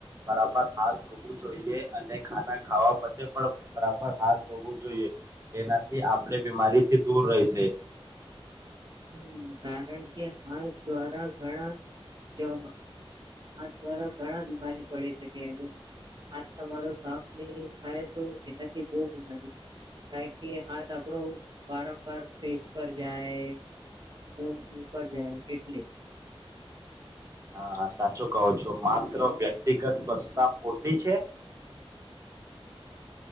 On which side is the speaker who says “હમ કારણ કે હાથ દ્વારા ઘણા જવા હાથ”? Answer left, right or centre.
Right